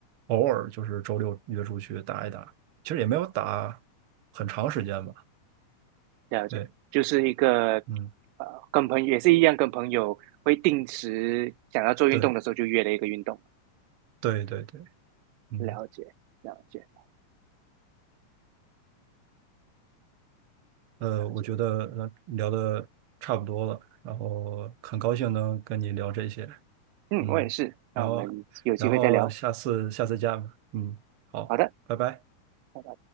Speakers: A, on the right; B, on the right.
A: 偶尔就是周六约出去打一打。其实也没有打很长时间吧。
B: 了解，
A: 对，
B: 就是一个
A: 嗯，
B: 呃，跟朋友也是一样，跟朋友会定时想要做运动的时候就约了一个运动。
A: 对，对，对，对，嗯，
B: 了解，了解，
A: 呃，
B: 了解。
A: 我觉得呃聊的差不多了，然后很高兴能跟你聊这些，
B: 嗯，
A: 嗯，
B: 我也是。
A: 然后，
B: 那我们有机会再聊。
A: 然后下次下次见吧，嗯，好，
B: 好的，
A: 拜拜。
B: 拜拜。